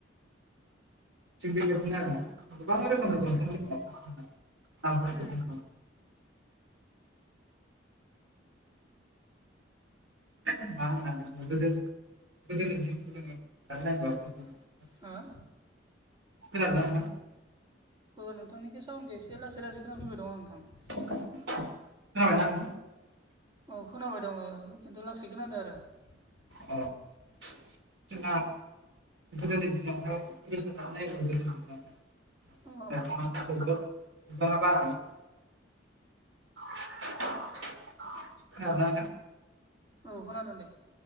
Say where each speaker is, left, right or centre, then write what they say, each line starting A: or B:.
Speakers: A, on the right (about 85°); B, on the right (about 25°).
A: थिग बेबादिनो आरोना गोबां
B: उम
A: रोखोमनि दंफां दङ। नामफोरखौ
B: उम
A: <unintelligible>
B: हो
A: खोनादोना नोंथा
B: ओ नोंथांनिखौ साउनखौ एसे लासै लासै खोना फैबाय दं आं नोंथां।
A: खोनाबायना नोंथा?
B: औ खोनाबाय दङ खिन्थु लासै खोनादो आरो। <inaudible>
A: अ <unintelligible> <unintelligible>
B: औ
A: <unintelligible>
B: औ खोनादों दे